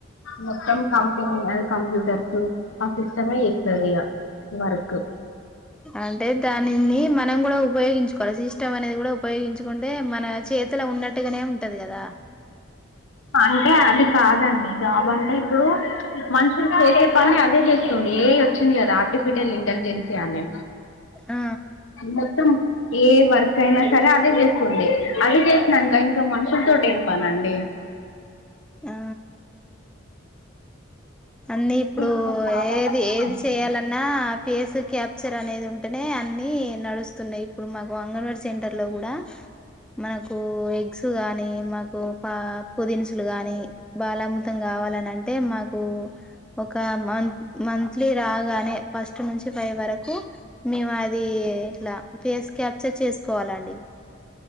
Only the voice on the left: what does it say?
మొత్తం కం అ కంప్యూటర్స్ ఆ సిస్టమే చేస్తదిగా వర్కు
అంటే అది కాదండి జాబ్ అంటే ఇప్పుడు మనుషులు చేసే పని అదే చేస్తుంది ఏ ఐ వచ్చింది కదా ఆర్టిఫిషియల్ ఇంటెలిజెన్సీ అనీ
మొత్తం ఏ వర్క్ అయినా సరే అదే చేస్తుంది. అది చేసినంక ఇంక మనుషుల తోటి ఏం పనండి?
ఇంకా చాలా
కష్టం
అయిపోతుంది